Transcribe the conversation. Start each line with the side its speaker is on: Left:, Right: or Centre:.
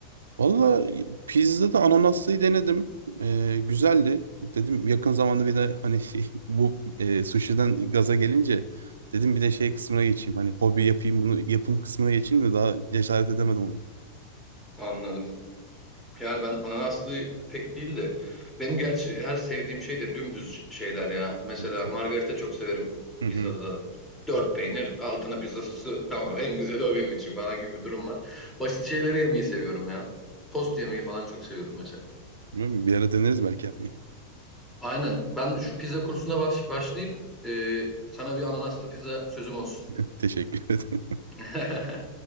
Right: Valla pizzada ananaslıyı denedim. Ee, güzeldi. Dedim yakın zamanda bir de hani <laughs> bu e, sushi'den gaza gelince dedim bir de şey kısmına geçeyim. Hani hobi yapayım bunu yapım kısmına geçeyim de daha cesaret edemedim onu.
Centre: Anladım. Yani ben ananaslı pek değil de benim gerçi her sevdiğim şey de dümdüz şeyler ya. Mesela
Right: Evet.
Centre: margarita çok severim
Right: Hı hı.
Centre: pizzada da. Dört peynir, altına pizza sosu tamam en güzeli o benim için falan gibi bir durum var. Basit şeyleri yemeyi seviyorum ya. Tost yemeyi falan çok seviyorum mesela.
Right: Bilmiyorum, Bir ara deneriz belki yapmayı.
Centre: Aynen. Ben şu pizza kursuna baş- başlayayım. Ee, sana bir ananaslı pizza sözüm olsun.
Right: <laughs> Teşekkür ederim.
Centre: <laughs>